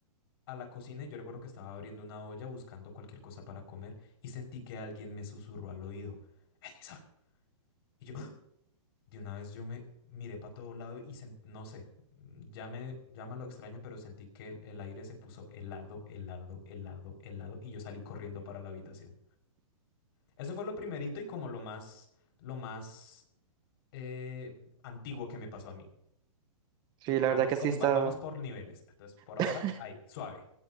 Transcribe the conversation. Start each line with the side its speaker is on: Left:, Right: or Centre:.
Left: a la cocina y yo recuerdo que estaba abriendo una olla buscando cualquier cosa para comer y sentí que alguien me susurró al oído, Edison. Y yo, <gasps> ¡Ah! de una vez yo me miré para todo lado y sen- no sé, ya me llama lo extraño, pero sentí que el, el aire se puso helado, helado, helado, helado y yo salí corriendo para la habitación. Eso fue lo primerito y como lo más, lo más eh, antiguo que me pasó a mí.
Right: Sí,
Left: Vamos
Right: la verdad que
Left: con,
Right: sí está...
Left: va- vamos por niveles. Entonces, por ahora,
Right: <laughs>
Left: ahí, suave.